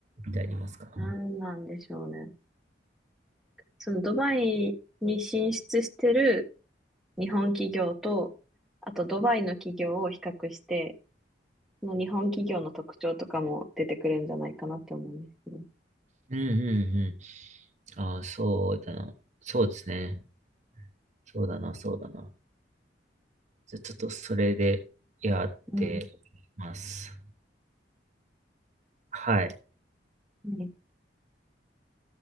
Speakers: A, on the right (about 40°); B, in the centre.
A: ってありますか
B: あ、なんなんでしょうね。そのドバイに進出してる日本企業と、あとドバイの企業を比較して、その日本企業の特徴とかも出てくるんじゃないかなって思うんですけど。
A: うんうんうん。ああ、そうだな。そうですね。そうだな、そうだな。じゃ、ちょっとそれでやってます。
B: うん。
A: はい。
B: うんね